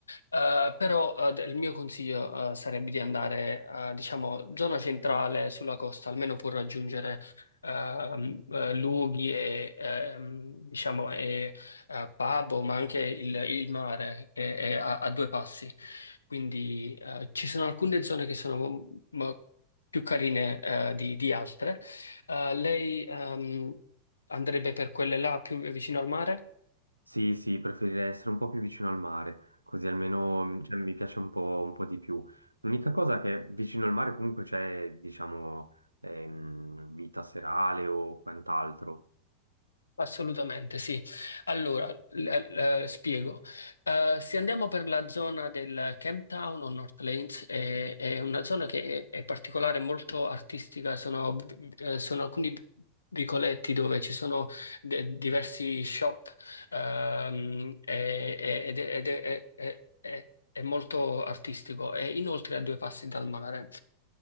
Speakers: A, on the left; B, on the right.
A: Eh, però eh, d- il mio consiglio eh, sarebbe di andare, eh, diciamo, zona centrale sulla costa, almeno per raggiungere ehm, eh, luoghi e, ehm, diciamo, e eh, pub, ma anche il, il mare che è a, a due passi quindi eh, ci sono alcune zone che sono mo- più carine eh, di, di altre. Eh, lei ehm, andrebbe per quelle là più vicino al mare?
B: Sì, sì, preferirei essere un po' più vicino al mare, così almeno mm, cioè, mi piace un po', un po' di più. L'unica cosa è che vicino al mare comunque c'è, diciamo, ehm, vita serale o quant'altro.
A: Assolutamente sì. Allora, l- l- spiego. Eh, se andiamo per la zona del Camp Town o North Lanes, è, è una zona che è, è particolare, molto artistica. Sono, eh, sono alcuni vicoletti dove ci sono de- diversi shop ehm, e- e- ed è, ed è- è- è- è- è molto artistico. E inoltre a due passi dal mare.